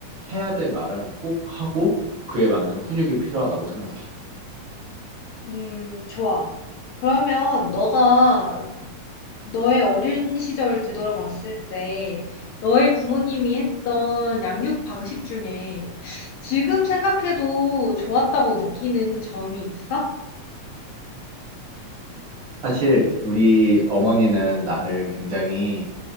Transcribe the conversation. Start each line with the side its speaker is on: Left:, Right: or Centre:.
Right: 해야 될 말은 꼭 하고 그에 맞는 훈육이 필요하다고 생각해.
Left: 음, 좋아. 그러면 너가 너의 어린 시절 되돌아봤을 때 너의 부모님이 했던 양육 방식 중에 지금 생각해도 좋았다고 느끼는 점이 있어?
Right: 사실 우리 어머니는 나를 굉장히